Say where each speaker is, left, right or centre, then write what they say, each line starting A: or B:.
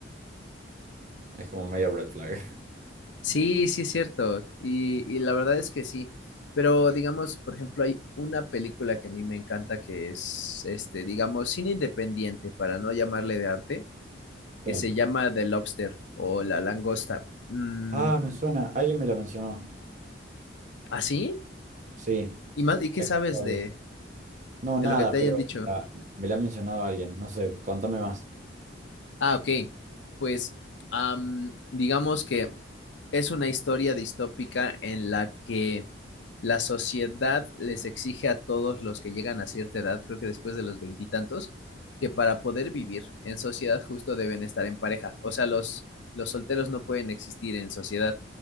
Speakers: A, on the right; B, on the left.
A: es como medio red flag. <laughs>
B: Sí, sí es cierto. Y, y la verdad es que sí. Pero digamos, por ejemplo, hay una película que a mí me encanta que es, este, digamos, cine independiente, para no llamarle de arte, que
A: Sí.
B: se llama The Lobster o La Langosta. Mm,
A: Ah, me suena, alguien me la mencionó.
B: ¿así?
A: Sí,
B: ¿Y más? ¿Y qué
A: he
B: sabes
A: escuchado.
B: de,
A: algo. No,
B: de
A: nada,
B: lo que te
A: pero
B: hayan dicho?
A: la- me la ha mencionado alguien. No sé, contame más.
B: Ah, ok. Pues am, digamos que es una historia distópica en la que la sociedad les exige a todos los que llegan a cierta edad, creo que después de los veintitantos, que para poder vivir en sociedad justo deben estar en pareja. O sea, los, los solteros no pueden existir en sociedad.